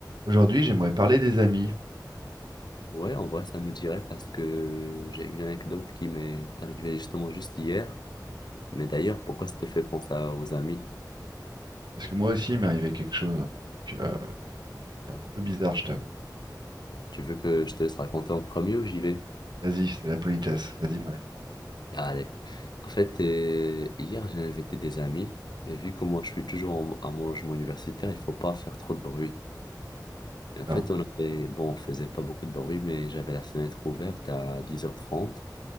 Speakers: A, on the right; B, on the left.
A: Aujourd'hui, j'aimerais parler des amis,
B: Ouais, en vrai, ça me dirait parce que j'ai une anecdote qui m'est arrivée justement juste hier. Mais d'ailleurs, pourquoi ça te fait penser à- aux amis?
A: parce que moi aussi, il m'est arrivé quelque chose. Donc, euh, c'est un peu bizarre, je t'avoue.
B: Tu veux que je te laisse raconter en premier ou j'y vais?
A: Vas-y, c'est la politesse. Vas-y, mon ami.
B: Allez. En fait, euh, hier, j'ai invité des amis. Et vu que moi, je suis toujours en- à mon logement universitaire, il faut pas faire trop de bruit. Et en
A: D'accord?
B: fait, on avait, bon, on faisait pas beaucoup de bruit, mais j'avais la fenêtre ouverte à dix heures trente.